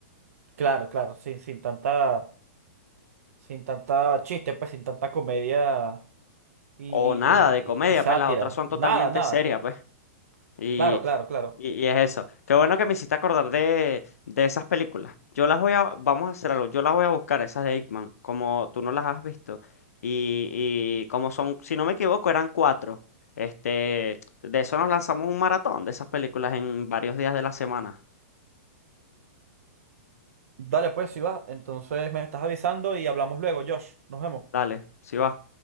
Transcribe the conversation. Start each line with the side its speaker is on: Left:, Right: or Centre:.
Right: Claro, claro, sin, sin tanta, sin tanta chiste, pues sin tanta comedia y, y,
Left: o nada
Right: y,
Left: de comedia,
Right: y- y sátira.
Left: pues las otras son
Right: Nada,
Left: totalmente
Right: nada,
Left: serias,
Right: claro.
Left: pues. Y,
Right: Claro, claro, claro.
Left: y, y es eso. Qué bueno que me hiciste acordar de, de esas películas. Yo las voy a, vamos a hacer algo, yo las voy a buscar, esas de Hitman, como tú no las has visto. Y, y como son, si no me equivoco, eran cuatro. Este, de eso nos lanzamos un maratón de esas películas en varios días de la semana.
Right: Dale pues, si va. Entonces me estás avisando y hablamos luego, Josh. Nos vemos.
Left: Dale, si va.